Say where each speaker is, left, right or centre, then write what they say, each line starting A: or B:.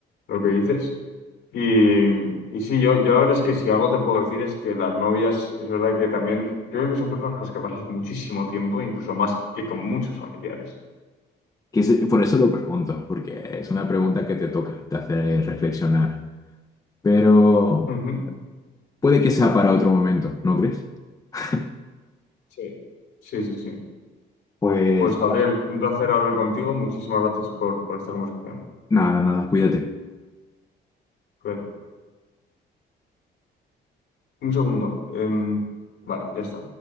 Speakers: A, on the left; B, on the left.
A: lo que dices. Y, y sí, yo, yo la verdad es que si algo te puedo decir es que las novias, es verdad que también, yo creo que son personas con las que pasas muchísimo tiempo, incluso más que con muchos familiares.
B: que se- por eso lo pregunto, porque es una pregunta que te toca, te hace reflexionar. Pero
A: Ujú.
B: puede que sea para otro momento, ¿no crees? <laughs>
A: Sí. Sí, sí, sí.
B: Pues
A: Pues Gabriel, un placer hablar contigo. Muchísimas gracias por, por esta conversación.
B: nada, nada, cuídate.
A: Cuídate. Un segundo. Em, vale, ya está.